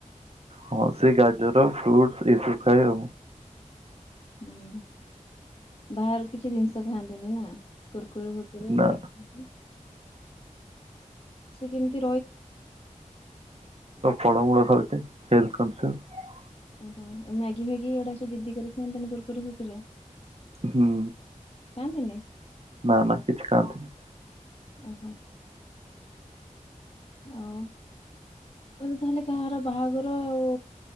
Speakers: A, on the right (about 50°); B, on the left (about 45°).
A: ହଁ ସେ ଗାଜର ଫ୍ରୁଟଶ୍ ଏସବୁ ଖାଏ ଆଉ।
B: ହଁ, ବାହାରୁ କିଛି ଜିନିଷ ଖାଆନ୍ତିନି ନା? କୁର୍କୁରି ଫର୍କୁରୀ
A: ନା
B: <unintelligible> ସିକିମ୍ କେ
A: ଫଳ ମୂଳ ଖାଉଚି, ହେଲଥ କଂସୀଅସ।
B: ଓହୋ ମ୍ୟାଗି ଫ୍ୟାଗି ଏଗୁଡା ସବୁ ଜିଦି କରି ଖାଆନ୍ତନି କୁର୍କୁରି ଫୁର୍କୁରି?
A: ହୁଁ।
B: ଖନ୍ତିନି?
A: ନା ନା କିଛି ଖାନ୍ତିନୀ।
B: ଓ ହୋ। ଆଉ ଆପଣ ତାହେଲେ କାହାର ବାହାଘର ଆଉ